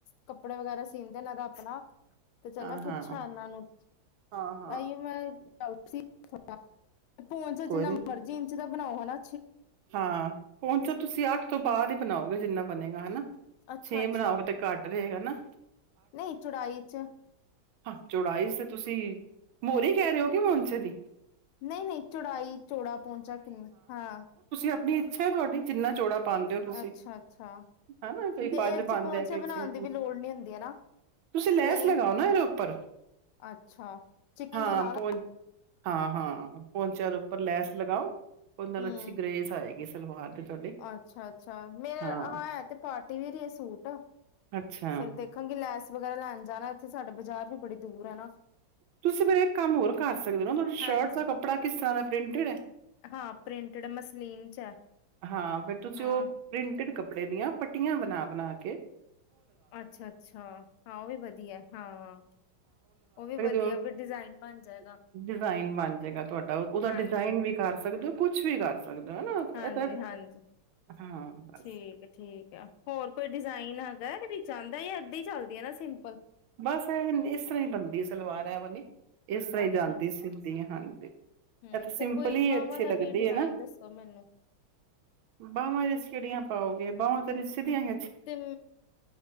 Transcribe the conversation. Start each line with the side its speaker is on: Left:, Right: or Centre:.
Left: ਕੱਪੜੇ ਵਗੈਰਾ ਸੀਦੇਂ ਨੇ ਦਾ ਆਪਨਾ ਤੇ ਚਲ
Right: ਹਾਂ
Left: ਮੈਂ ਪੁੱਛਾਂ
Right: ਹਾਂ
Left: ਇਹਨਾਂ ਨੂੰ
Right: ਹਾਂ ਹਾਂ
Left: ਏਈਓ ਮੈਂ। <unintelligible> ਤੇ ਪੌਂਚ
Right: ਕੋਈ
Left: ਜਿੰਨਾ
Right: ਨੀ
Left: ਮਰਜੀ ਇੰਚ ਚ ਦਾ ਬਨਾਓ ਹੈਨਾ?
Right: ਹਾਂ, ਪੌਂਚ ਤੁਸੀਂ ਅੱਠ ਤੋਂ ਬਾਅ <unintelligible> ਹੀ ਬਣਾਓਗੇ ਜਿੰਨਾ ਬਣੇਗਾ ਹੈਨਾ?
Left: ਅੱਛਾ-ਅੱਛਾ
Right: ਛੇ ਬਨਾਓਗੇ ਤੇ ਘੱਟ ਰਹੇਗਾ। ਨਾ
Left: ਨਹੀਂ ਚੌੜਾਈ ਚ
Right: ਆ। ਚੌੜਾਈ ਚ ਤੇ ਤੁਸੀਂ ਮੋਰੀ ਕਹਿ ਰਹੇ ਹੋ ਕਿ ਪੌਂਚੇ ਦੀ?
Left: ਨਹੀਂ-ਨਹੀਂ ਚੌੜਾਈ, ਚੌੜਾ ਪੌਂਚਾਂ ਕਿੰਨਾ ਹਾਂ।
Right: ਆਪਨੀ ਇੱਛਾ ਹੈ ਤੁਹਾਡੀ ਜਿੰਨਾ ਚੌੜਾ ਪਾਉਂਦੇ ਹੋ ਤੁਸੀਂ
Left: ਅੱਛਾ-ਅੱਛਾ
Right: ਹਨਾ ਕੋਈ
Left: ਤੇ
Right: ਪੰਜ
Left: ਇਹਦੇ ਚ
Right: ਪਾਉਂਦੇ
Left: ਪੌਂਚੇ
Right: ਆ ਕੋਈ
Left: ਬਨਾਨ
Right: ਛੇ
Left: ਦੀ ਵੀ ਲੋੜ ਨੀ ਹੁੰਦੀ ਹੈ ਨਾ
Right: ਤੁਸੀਂ ਲੈਸ
Left: ਪਲੇਨ,
Right: ਲਗਾਓ ਨਾ ਇਹਦੇ ਉੱਪਰ
Left: ਅੱਛਾ ਚਿਕਨ
Right: ਹਾਂ
Left: ਦੀ ਲਾਲਾ
Right: ਪਹੁੰਚ ਹਾਂ-ਹਾਂ। ਪੌਂਚੇਆ ਦੇ ਉੱਪਰ ਲੈਸ ਲਗਾਓ, ਉਹਦੇ ਨਾਲ
Left: ਹਮ
Right: ਅੱਛੀ ਗ੍ਰੇਸ ਆਏਗੀ ਸਲਵਾਰ ਦੀ ਤੁਹਾਡੀ
Left: ਅੱਛਾ- ਅੱਛਾ ਮੇਰਾ
Right: ਹਾਂ
Left: ਆ ਹੈ ਤੇ ਪਾਰਟੀ ਵੀਯਆ ਸੂਟ
Right: ਅੱਛਾ
Left: ਫੇਰ ਦੇਖਾਂਗੇ ਲੈਸ ਵਗੈਰਾ ਲੈਣ ਜਾਣਾ ਇੱਥੇ ਸਾਡੇ ਬਾਜ਼ਾਰ ਵੀ ਬੜੀ ਦੂਰ ਹੈ ਨਾ
Right: ਤੁਸੀਂ ਫੇ ਇੱਕ ਕੰਮ ਹੋਰ ਕਰ ਸਕਦੇ ਨਾ ਤੁ ਸ਼ਰਟ
Left: ਹਾਂਜੀ
Right: ਦਾ ਕੱਪੜਾ ਕਿਸ ਤਰ੍ਹਾਂ ਦਾ ਪ੍ਰਿੰਟ ਹੈ।
Left: ਹਾਂ ਪ੍ਰਿੰਟਡ ਮਸਲੀਨ ਚ ਹੈ
Right: ਹਾਂ, ਫੇਰ ਤੁਸੀਂ
Left: ਹਾਂ
Right: ਉਹ ਪ੍ਰਿੰਟ ਕੱਪੜੇ ਦੀ ਪੱਟੀਆਂ ਬਣਾ -ਬਣਾ ਓਕੇ।
Left: ਅੱਛਾ -ਅੱਛਾ ਹਾਂ ਉਹ ਵੀ ਵਧੀਆ ਹਾਂ, ਉਹ ਵੀ ਵਧੀਆ
Right: ਡਿਜਾਇਨ
Left: ਵੀ ਡਿਜ਼ਾਇਨ ਬਣ ਜਾਏਗਾ
Right: ਬਣ ਜਾੲਏਗਾ ਤੁਹਾਡਾ ਉਹਦਾ
Left: ਹਾਂਜੀ
Right: ਡਿਜਾਇਨ ਵੀ ਕਰ ਸਕਦੇ ਹੋ ਕੁੱਛ ਵੀ ਕਰ ਸਕਦੇ ਹੋ ਹਨਾ
Left: ਹਾਂਜੀ
Right: ਇਹ ਤਾਂ
Left: -ਹਾਂਜੀ,
Right: ਹਾਂ ਬਸ
Left: ਠੀਕ- ਠੀਕ ਆ ਹੋਰ ਕੋਈ ਡਿਜ਼ਾਇਨ ਹੈਗਾ ਇਹਦੇ ਵਿੱਚ ਆ ਇਦਾਂ ਇਏਦਾਂ ਹੀ ਚੱਲਦੀਆਂ ਨਾ ਸਿੰਪਲ।
Right: ਬਸ ਇਹ ਇਸ ਤਰ੍ਹਾਂ ਹੀ ਬਣਦੀ ਸਲਵਾਰ ਐ ਵੀ। ਇਸ ਤਰ੍ਹਾਂ
Left: ਅੱਛਾ
Right: ਜਾਂਦੀ
Left: ਅੱਛਾ
Right: ਸੀਦੀ। ਹਾਂਜੀ, ਇਹ
Left: ਹਮ
Right: ਤਾਂ ਸਿੰਪਲ
Left: ਤੇ ਕੋਈ
Right: ਹੀ
Left: ਬਾਹਵਾਂ
Right: ਅੱਛੀ
Left: ਦਾ
Right: ਲੱਗਦੀ
Left: ਵੀ ਡਿਜ਼ਾਇਨ
Right: ਹੈ ਨਾ,
Left: ਦੱਸੋ ਮੈਨੂੰ
Right: ਬਾਹਵਾਂ ਕਿਹੜੀਆਂ ਪਾਓਗੇ ਬਾਹਵਾਂ ਆਂ ਸੀਦੀਆਂ ਵੀ
Left: ਤੇ